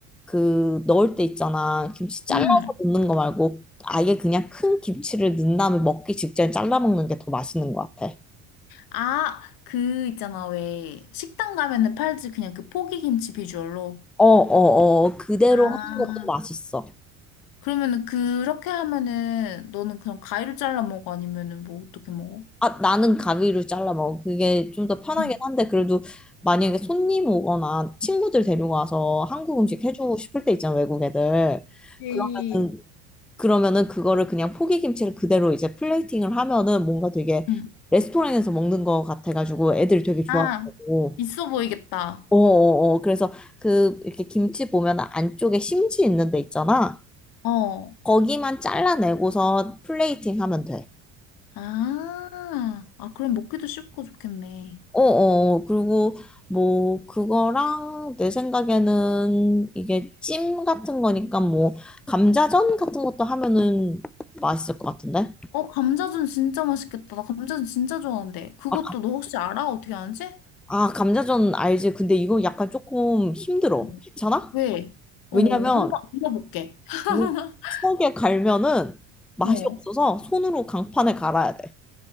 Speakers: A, in the centre; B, on the left.
A: 그 넣을 때 있잖아. 김치 잘라서
B: 응.
A: 넣는 거 말고 아예 그냥 큰 김치를 넣은 다음에 먹기 직전에 잘라 먹는 게 더 맛있는 것 같아.
B: 아, 그 있잖아. 왜 식당 가면은 팔지 그냥 그 포기김치 비주얼로.
A: 어어어. 그대로
B: 아,
A: 하는 것도 맛있어.
B: 그러면은 그렇게 하면은 너는 그냥 가위로 잘라 먹어? 아니면은 뭐 어떻게 먹어?
A: 아, 나는 가위로 잘라 먹어. 그게 좀 더 편하긴
B: 응
A: 한데, 그래도 만약에 손님 오거나 친구들 데려가서 한국 음식 해주고 싶을 때 있잖아, 외국 애들.
B: 이,
A: 그러면은, 그러면은 그거를 그냥 포기김치를 그대로 이제 플레이팅을 하면은 뭔가 되게
B: 응.
A: 레스토랑에서 먹는 거 같아가지고 애들이 되게 좋아하고.
B: 아, 있어 보이겠다.
A: 어어어. 그래서 그 이렇게 김치 보면 안쪽에 심지 있는 데 있잖아.
B: 어.
A: 거기만 잘라내고서 플레이팅 하면 돼.
B: 아, 아, 그럼 먹기도 쉽고 좋겠네.
A: 어어, 그리고 뭐, 그거랑 내 생각에는 이게 찜 같은 거니까 뭐, 감자전 같은 것도 하면은 맛있을 것 같은데?
B: 어, 감자전 진짜 맛있겠다. 나 감자전 진짜 좋아하는데. 그것도
A: 아, 가-
B: 너 혹시 알아? 어떻게 하는지?
A: 아, 감자전 알지? 근데 이거 약간 조금 힘들어.
B: 응
A: 괜찮아?
B: 왜? 어,
A: 왜냐면
B: 한번 물어볼게. <laughs>
A: 이거 석에 갈면은 맛이
B: 어.
A: 없어서 손으로 강판에 갈아야 돼.